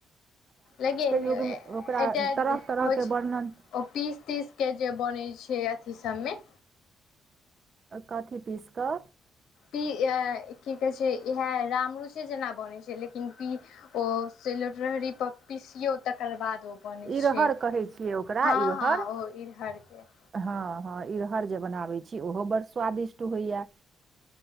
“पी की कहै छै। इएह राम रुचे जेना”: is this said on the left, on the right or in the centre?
Left